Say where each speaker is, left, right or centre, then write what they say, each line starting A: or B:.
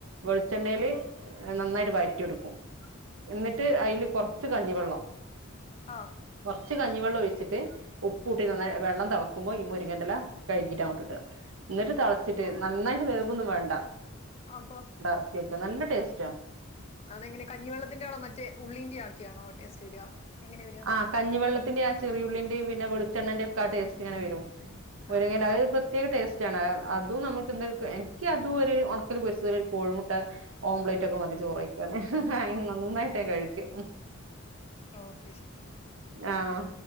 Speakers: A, on the right; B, on the left.
A: വെളിച്ചെണ്ണേല് നന്നായിട്ട് വയറ്റിടുക്കും എന്നിട്ട് അയില് കൊറ ച്ച കഞ്ഞിവെള്ളം
B: ആ
A: റച്ച് കഞ്ഞിവെള്ളം ഒഴിച്ചിട്ട് ഉപ്പൂട്ടിട്ട് നന്നാ വെള്ളം തെളക്കുമ്പോ ഈ മുരിങ്ങെന്റില കഴുകിടട്ട് ങ്ങണ്ടിട്ട് അങ്ങട്ടിടുക എന്നിട്ട് തളച്ചിട്ട്
B: ആഹ്
A: നന്നായിട്ട് വേ ക്കോന്നും വേണ്ട
B: അപ്പൊ
A: <unintelligible> ക്ക നല്ല ടേസ്റ്റാ
B: അതെങ്ങനെ കഞ്ഞിവെള്ളത്തിന്റെ മറ്റ മറ്റേ ഉള്ളീന്റെ ആക്കിയാണോ ടേസ്റ്റ് വരിക എങ്ങനെ വരിക
A: ആ കഞ്ഞിവെള്ളത്തിന്റെ ആ ചെറിയുള്ളിന്റെയും പിന്നെ വെളു ചെണ്ണേന്റെയുംക്കാ ടേസ്റ്റ് ഇങ്ങനെ വരും മുരിങ്ങേല
B: ആ ആ ആ
A: ഒരു പ്രത്യേക ടേസ് അതും നമ്മുക്ക് എ എനിക്ക് അതും ഒരു ഉണക്കല് പൊരിച്ച ഒരു കോഴിമുട്ട ഓംലേറ്റ് ഒക്കെ മതി ചോറ് കഴിക്കാന് നന്നായിട്ട് നാൻ കഴിക്കും
B: ഒ
A: ആഹ്